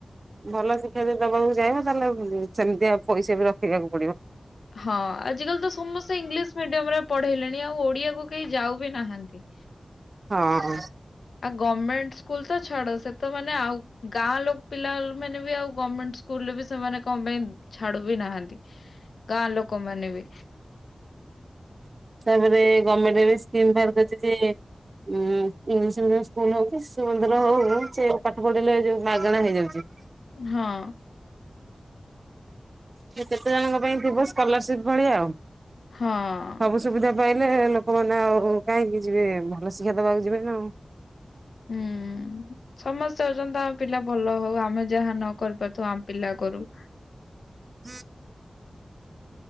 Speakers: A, on the right (about 50°); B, on the left (about 85°).
A: ଭଲ ଶିକ୍ଷା ଯଦି ଦବାକୁ ଚାହିଁବ, ତାହେଲେ ସେମିତିଆ ପଇସା ବି ରଖିବାକୁ ପଡିବ।
B: ହଁ, ଆଜ କାଲି ତ ସମସ୍ତେ ଇଂଲିଶ୍ ମିଡିୟମ୍ ରେ ପଢେଇଲେଣି। ଆଉ ଓଡିଆକୁ କେହି ଯାଉ ବି ନାହାଁନ୍ତି।
A: ହଁ।
B: ଆଉ ଗମେଣ୍ଟ ସ୍କୁଲ୍ ତ ଛାଡ! ସେ ତ ମାନେ ଆଉ ଗାଁ ଲୋକ ପିଲା ଅଲ୍ ମାନେ ବି ଆଉ ଗମେଣ୍ଟ ସ୍ ସ୍କୁଲ ରେ ବି ସେମାନେ କଣ ପାଇଁ ଛାଡୁ ବି ନାହାଁନ୍ତି? ହଁ ଲୋକମାନେ ବି
A: ତା'ପରେ ଗଭ୍ ମେଟେ ଏବେ ସ୍କିମ୍ ବାହାର କରିଛି ଯେ ଉଁ ଇଂଲିଶ୍ ମିଡିୟମ୍ ସ୍କୁଲ ହଉ କି, ଶିଶୁ ମନ୍ଦିର ହଉ, ସେ ପାଠ ପଢିଲେ ଯୋଉ ମାଗଣା ହେଇଯାଉଚି।
B: ହଁ।
A: ସେ କେତେ ଜଣଙ୍କ ପାଇଁ ଥିବ ସ୍କଲାରସିପ୍ ଭଳିଆ ଆଉ?
B: ହଁ-ଅଁ।
A: ସବୁ ସୁବିଧା ପାଇଲେ, ଲୋକମାନେ ଆଉ କାହିଁକି ଯିବେ, ଭଲ ଶିକ୍ଷା ଦବାକୁ ଯିବେନା ଆଉ।
B: ହୁଁ, ସମସ୍ତେ ହଉଛନ୍ତି ତା ପିଲା ଭଲ ହଉ। ଆମେ ଯେ ଯାହା ନ କରିପାରୁଥୁବ ଆମ ପିଲା କରୁ।
A: ହୁଁ